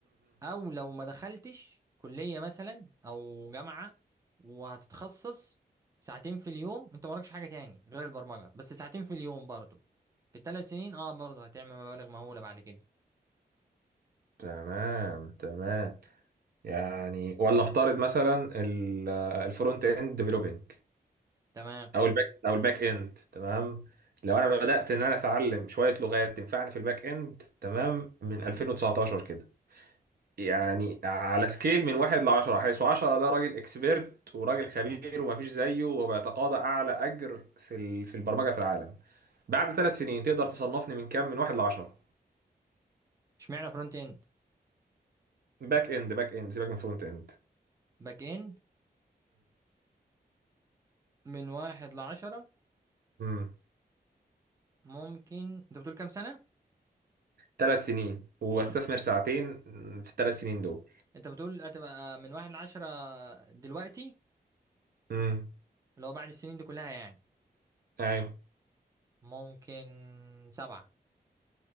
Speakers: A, on the right; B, on the right.
A: او لو ما دخلتش كلية مثلا او جامعة وهتتخصص ساعتين في اليوم انت مالكش حاجة تاني غير البرمجة بس ساعتين في اليوم برضو في الثلاث سنين اه برضو هتعمل مبالغ مهولة بعد كده
B: تمام تمام يعني ولا افترض مثلا ال- الفرونت اند ديفلوبينج
A: تمام
B: او الباك او الباك اند تمام لو انا بدات ان انا اتعلم شويه لغات تنفعني في الباك اند تمام من 2019 كده يعني على سكيل من واحد ل 10 حيث 10 ده راجل اكسبيرت وراجل خبير ومفيش زيه وبيتقاضى اعلى اجر في ال- في البرمجه في العالم بعد ثلاث سنين تقدر تصنفني من كام من واحد ل 10
A: اشمعنى فرونت اند
B: باك اند باك اند سيبك من فرونت
A: باك اند من واحد لعشرة
B: اند
A: ممكن انت بتقول كام سنة
B: ثلاث سنين واستثمر ساعتين في الثلاث سنين دول
A: انت بتقول هتبقى من واحد لعشرة دلوقتي
B: امم
A: اللي هو بعد السنين دي كلها يعني
B: ايوه
A: ممكن سبعة